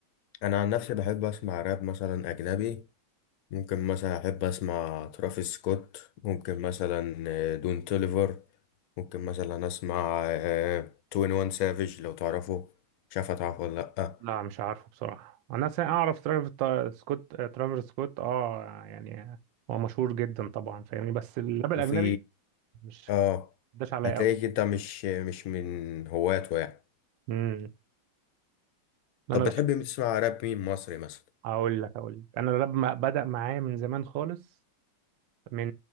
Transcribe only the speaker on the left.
أنا عن نفسي بحب أسمع راب مثلا أجنبي ممكن مثلا أحب أسمع ترافيس سكوت ممكن مثلا آه، دون توليفر ممكن مثلا أسمع توين وان سافيج لو تعرفه مش عارف هتعرفه ولا لأ
وفي
آه
هتلاقيك
أنت مش مش من هواته يعني
طب بتحب
تسمع راب مين مصري مثلا؟